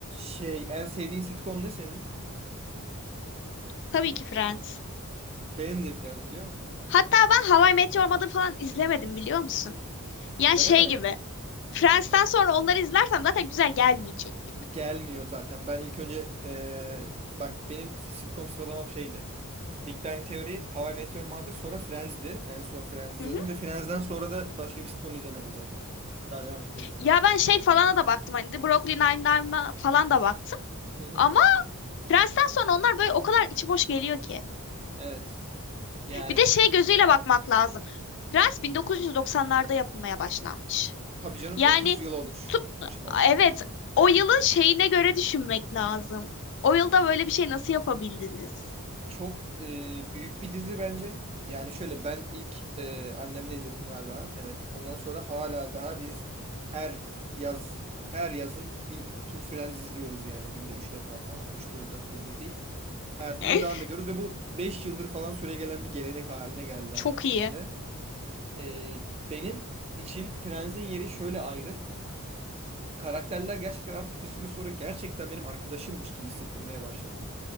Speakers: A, on the right (about 25°); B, on the left (about 55°).
A: Şey, en sevdiğin sitcom ne senin?
B: Tabii ki Friends.
A: Benim de Friends biliyor musun?
B: Hatta ben How I Met Your Mother falan izlemedim biliyor musun? Yani
A: Öyle
B: şey
A: mi?
B: gibi. Friends'ten sonra onları izlersem zaten güzel gelmeyecek gibi.
A: Gelmiyor zaten. Ben ilk önce eee, bak benim sitcom sıralamam şeydi. Big Bang Theory, How I Met Your Mother, sonra Friends'di. En son Friends izledim
B: Hı hı.
A: ve Friends'den sonra da başka bir sitcom izlemedim zaten. Daha devam etmedim yani.
B: Ya ben şey falana da baktım hani The Brooklyn Nine-Nine'a falan da baktım.
A: Hı hı.
B: Ama Friends'ten sonra onlar böyle o kadar içi boş geliyor ki.
A: Evet. Yani
B: Bir de şey gözüyle bakmak lazım. Friends 1990'larda yapılmaya başlanmış.
A: tabii canım
B: Yani
A: 30 yıl olmuş
B: tut-
A: çıkalı.
B: evet o yılın şeyine göre düşünmek lazım. O yılda böyle bir şey nasıl yapabildiniz?
A: Çok e, büyük bir dizi bence. Yani şöyle ben ilk e, annemle izledim galiba. Evet. Ondan sonra hala daha biz her yaz her yazın bir Tur Friends izliyoruz yani günde 3 defa falan. üç bölüm 4 bölüm izleyip hayatımıza
B: <laughs>
A: devam ediyoruz ve bu 5 yıldır falan süregelen bir gelenek haline geldi
B: Çok
A: artık
B: iyi.
A: bizde. E, benim için Friends'in yeri şöyle ayrı. Karakterler gerçekten artık bir süre sonra gerçekten benim arkadaşımmış gibi hissettirmeye başladı.